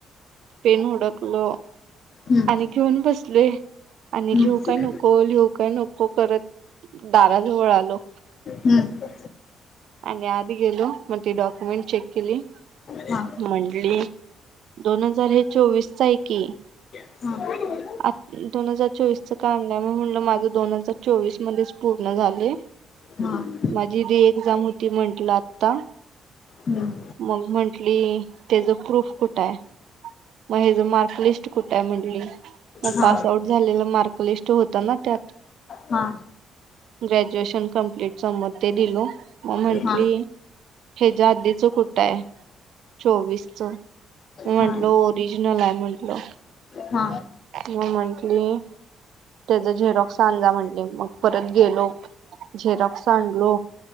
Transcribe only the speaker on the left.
हम्म
हम्म
हम्म
हम्म
हा
हम <unintelligible>
हा हा
हम्म
हा
हा हा
हा
हा हा
हा हा